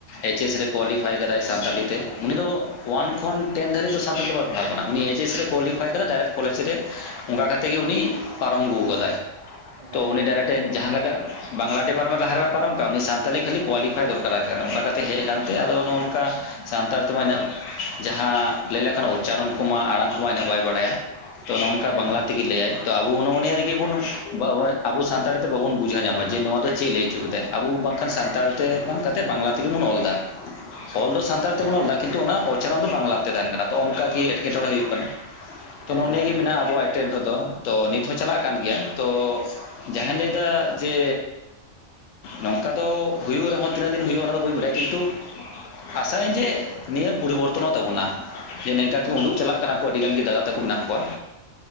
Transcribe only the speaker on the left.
ᱮᱭᱤᱪ ᱮᱥ ᱨᱮ ᱠᱳᱣᱟᱞᱤᱯᱷᱟᱭ ᱠᱟᱫᱟᱭ ᱥᱟᱱᱛᱟᱞᱤ ᱛᱮ ᱩᱱᱤ ᱫᱚ ᱳᱣᱟᱱ ᱠᱷᱚᱱ ᱴᱮᱱ ᱫᱷᱟᱹᱨᱤᱡ ᱫᱚ ᱥᱟᱱᱛᱟᱲᱤ ᱫᱚ ᱵᱟᱭ ᱯᱟᱲᱦᱟᱣ ᱠᱟᱱᱟ᱾ ᱩᱱᱤ ᱮᱭᱤᱪ ᱮᱥ ᱨᱮ ᱠᱳᱣᱟᱞᱤᱯᱷᱟᱭ ᱠᱟᱫᱟᱭ ᱰᱟᱭᱨᱮᱠᱴ ᱠᱚᱞᱮᱡ ᱨᱮ ᱚᱱᱠᱟ ᱠᱟᱛᱮ ᱜᱮ ᱩᱱᱤ ᱯᱟᱨᱚᱢ ᱟᱹᱜᱩ ᱠᱟᱫᱟᱭ᱾
ᱛᱚ ᱩᱱᱤ
ᱰᱟᱭᱨᱮᱴᱮᱱ ᱡᱟᱦᱟᱸ ᱞᱮᱠᱟ ᱵᱟᱝᱞᱟ ᱰᱤᱯᱟᱨᱢᱮᱱᱴ ᱞᱟᱦᱟ ᱨᱮ ᱢᱟᱭ ᱯᱟᱨᱚᱢ ᱠᱟᱜ, ᱩᱱᱤ ᱥᱟᱱᱛᱟᱞᱤ ᱠᱷᱟᱹᱞᱤ ᱠᱳᱣᱟᱞᱤᱯᱷᱟᱭ ᱫᱚᱨᱠᱟᱨᱟᱭ ᱠᱟᱱᱟ ᱚᱱᱠᱟ ᱠᱟᱛᱮ ᱦᱮᱡ ᱟᱠᱟᱱ ᱛᱮ ᱟᱫᱚ ᱱᱚᱜᱼᱚ ᱱᱚᱠᱟ ᱥᱟᱱᱛᱟᱲ ᱛᱮᱢᱟ ᱤᱱᱟᱹᱜ ᱡᱟᱦᱟᱸ ᱞᱟᱹᱭ ᱞᱮᱠᱷᱟᱱ ᱩᱪᱪᱟᱨᱚᱱ ᱠᱚᱢᱟ, ᱟᱲᱟᱝ ᱠᱚᱢᱟ, ᱤᱱᱟᱹᱜ ᱵᱟᱭ ᱵᱟᱰᱟᱭᱟ᱾ ᱛᱚ ᱱᱚᱜ ᱱᱚᱝᱠᱟ
ᱵᱟᱝᱞᱟ
ᱛᱮᱜᱤᱭ ᱞᱟᱹᱭᱟᱭ ᱛᱚ ᱟᱵᱚ ᱱᱚᱜᱼᱚ ᱱᱤᱭᱟᱹ ᱨᱮᱜᱮ ᱵᱩᱱ ᱵᱟᱵᱟᱭ ᱟᱵᱚ ᱥᱟᱱᱛᱟᱲᱤ ᱛᱮ ᱵᱟᱵᱚᱱ ᱵᱩᱡᱷᱟᱹᱣ ᱧᱟᱢᱟ ᱡᱮ ᱱᱚᱣᱟ ᱫᱚ ᱪᱮᱫ ᱞᱟᱹᱭ ᱚᱪᱚ ᱠᱮᱫᱟᱭ, ᱟᱵᱚ ᱵᱟᱝ ᱠᱷᱟᱱ ᱥᱟᱱᱛᱟᱲ ᱛᱮ ᱵᱟᱝ ᱠᱷᱟᱱ ᱛᱮ ᱵᱟᱝᱞᱟ ᱛᱮᱜᱮ ᱵᱚᱱ ᱚᱞ ᱫᱟ ᱚᱞ ᱫᱚ ᱥᱟᱱ ᱛᱟᱲ ᱛᱮᱵᱚᱱ
ᱚᱞ ᱫᱟ ᱠᱤᱱᱛᱩ ᱚᱱᱟ ᱩᱪᱪᱟᱨᱚᱱ ᱫᱚ ᱵᱟᱝᱞᱟ ᱛᱮ ᱛᱟᱦᱮᱱ ᱠᱟᱱᱟ ᱛᱚ ᱚᱝᱠᱟ ᱜᱮ ᱮᱴᱠᱮᱴᱚᱬᱮ ᱦᱩᱭᱩᱜ ᱠᱟᱱᱟ᱾ ᱛᱚ
ᱱᱚᱜᱼᱚ ᱱᱤᱭᱟᱹ
ᱜᱤ ᱢᱮᱱᱟᱜᱼᱟ ᱟᱵᱚᱣᱟᱜ <unintelligible> ᱫᱚ ᱛᱚ ᱱᱤᱛ ᱦᱚᱸ ᱪᱟᱞᱟᱜ ᱠᱟᱱ ᱜᱮᱭᱟ ᱛᱚ ᱡᱟᱦᱟᱸᱧ ᱞᱟᱹᱭ ᱫᱟ ᱡᱮ ᱱᱚᱝᱠᱟ ᱫᱚ ᱦᱩᱭᱩᱜ ᱨᱮᱦᱚᱸ ᱛᱤᱱᱟᱹᱜ ᱫᱤᱱ ᱦᱩᱭᱩᱜᱼᱟ ᱚᱱᱟ ᱫᱚ ᱵᱟᱹᱧ ᱵᱟᱲᱟᱭᱟ ᱠᱤᱱᱛᱩ ᱟᱥᱟᱭ ᱟᱹᱧ ᱡᱮ ᱱᱤᱭᱟᱹ ᱯᱚᱨᱤᱵᱚᱨᱛᱚᱱᱚᱜ ᱛᱟᱵᱚᱱᱟ ᱡᱮ ᱱᱮᱝᱠᱟ ᱠᱩ ᱩᱰᱩᱜ ᱪᱟᱞᱟᱜ ᱠᱟᱱᱟ ᱠᱚ ᱟᱹᱰᱤ ᱜᱟᱱ ᱜᱮ ᱫᱟᱫᱟ ᱛᱟᱠᱚ ᱢᱮᱱᱟᱜ ᱠᱚᱣᱟ